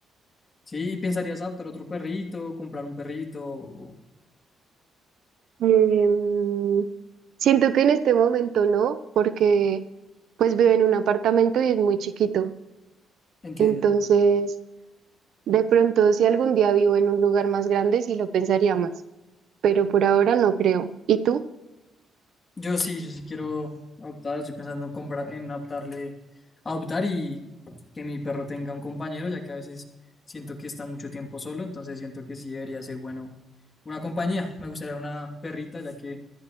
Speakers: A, on the left; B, on the right.
A: Sí, pensarías adoptar otro perrito, comprar un perrito. o-
B: Em, siento que en este momento no, porque pues vivo en un apartamento y es muy chiquito.
A: Entiendo.
B: Entonces, de pronto si algún día vivo en un lugar más grande, sí lo pensaría más, pero por ahora no creo. ¿Y tú?
A: Yo sí, yo sí quiero adoptar, estoy pensando en comprar, en adoptarle, adoptar y que mi perro tenga un compañero, ya que a veces siento que está mucho tiempo solo, entonces siento que sí debería ser bueno una compañía. Me gustaría una perrita, ya que